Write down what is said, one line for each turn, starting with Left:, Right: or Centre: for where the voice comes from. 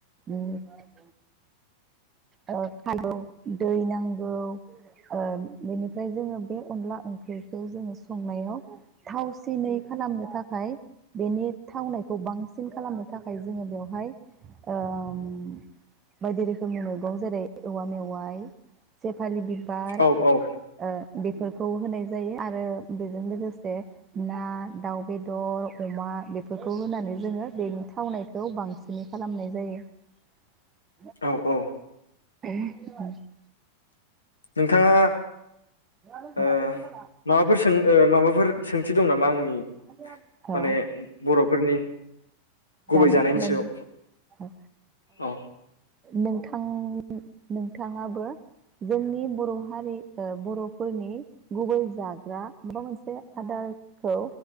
Right: उम औ फालौ दै नांगौ। ओ बेनिफ्राय जोङो बे अनला ओंख्रिखौ जोङो संनायाव थावसिनै खालामनो थाखाय बेनि थावनायखौ बांसिन खालामनो थाखाय जोङो बेवहाय ओम बायदि रो खोमनि मैगं जेरै औवा मेवाइ सेेफालि बिबार
Left: औ औ
Right: ओ बेफोरखौ होनाय जायो आरो बेजों लोगोसे ना दाउ बेदर अमा बेफोरखौ होनानै जोङो बेनि थावनाय खौ बांसिनै खालामनाय जायो।
Left: औ-औ।
Right: <unintelligible>
Left: नोंथाङा
Right: होआनो खोमालै
Left: ओ
Right: रिजाला
Left: माबाफोर सों ओ माबाफोर सोंथि दं नामा आंनि
Right: <unintelligible>
Left: माने
Right: औ
Left: बर'फोरनि गुबै
Right: जानाय
Left: जानायनि
Right: लों
Left: सायाव?
Right: ओम
Left: औ
Right: नोंथां-नोंथाङाबो जोंनि बर' हारि ओ बर'फोरनि गुबै जाग्रा माबा मोनसे आदारखौ